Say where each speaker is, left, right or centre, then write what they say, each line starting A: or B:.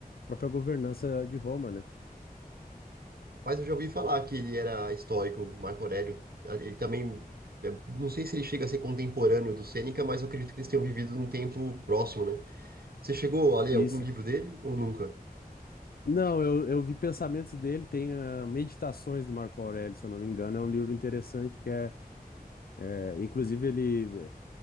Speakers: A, on the left; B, on the right.
A: própria governança de Roma, né?
B: Mas eu já ouvi falar que ele era estoico, Marco Aurélio. Ele também, é, não sei se ele chega a ser contemporâneo do Sêneca, mas eu acredito que eles tenham vivido num tempo próximo, né? Você chegou a ler
A: Isso.
B: algum livro dele ou nunca?
A: Não, eu, eu vi pensamentos dele, tem ah, Meditações do Marco Aurélio, se eu não me engano, é um livro interessante que é, é, inclusive ele